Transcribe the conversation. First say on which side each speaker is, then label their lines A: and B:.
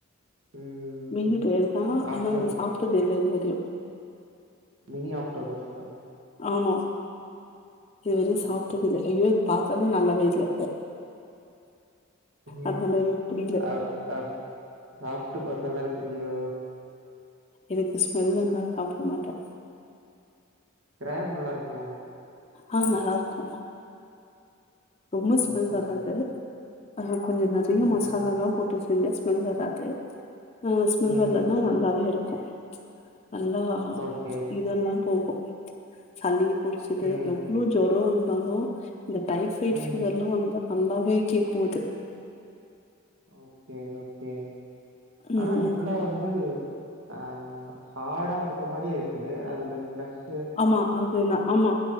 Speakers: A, on the right; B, on the left.
A: ம்.
B: மீனு பேருதா
A: ஆக்டோபஸ்.
B: ஆனா நா சாப்ட்டது இல்ல இது வரையு
A: மினி அக்டோபஸ்கா
B: ஆமா இதுவரையு
A: ம்.
B: சாப் ட்டது இல்ல ஐயோ இது பாத்தாலே நல்லாவே இல்ல
A: ம்
B: அதனால எனக்கு புடிக்கல
A: அ அ சாப்ட்டு பாத்தாதானே தெரியு
B: எனக்கு ஸ்மெல் வந்தா சாப்ட மாட்டே
A: கிராப் நல்லா இருக்குமோ
B: ஆ நல்லா இருக்கு ரொம்ப ஸ்மெல்
A: ஓகே
B: வராது
A: ஓகே
B: ஆ கொஞ்சோ நறைய
A: ம்
B: மசாலால்லா போட்டு செஞ்சா ஸ்மெல் வராது ஆ ஸ்மெல்
A: ம்
B: வரலன்னா நல்லாவே இருக்கு நல்லா ஆ
A: ஓகே
B: இதல்லா போகு சளி புடிச்சது
A: ம்
B: எவ்ளோ ஜொரோ இருந்தாலு இந்த டைப்ஃபைட்
A: ம்
B: பீவர்ல வந்த நல்லாவே கேக்கு அது
A: ஓகே ஓகே அனா
B: ம்
A: அது ஃபுல்லா வந்து அ ஹாடா இருக்கற மாரி இருக்கு அதுல ஃப்ளஷ்
B: ஆமா அது நா ஆமா